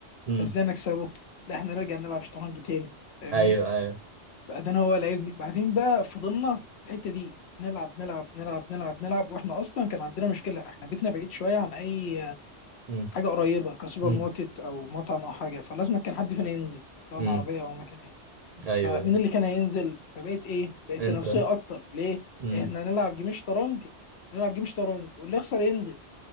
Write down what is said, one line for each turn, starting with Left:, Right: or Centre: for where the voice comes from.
Right: امم
Left: فازاي نكسبه؟ لا احنا نرجع نلعب شطرنج تاني فاهمني؟
Right: ايوه ايوه
Left: بعدين هو لعبني بعدين بقى فضلنا في الحته دي نلعب نلعب نلعب نلعب نلعب واحنا اصلا كان عندنا مشكله احنا بيتنا بعيد شويه عن اي
Right: امم
Left: حاجه قريبه كسوبر
Right: امم
Left: ماركت او مطعم او حاجه فلازم كان حد فينا ينزل سواء
Right: امم
Left: عربيه او مكان
Right: ايوه
Left: فمين
Right: ايوه
Left: اللي كان هينزل فبقيت ايه بقت
Right: انت
Left: تنافسيه اكتر ليه
Right: امم
Left: احنا هنلعب جيم شطرنج نلعب جيم شطرنج واللي يخسر ينزل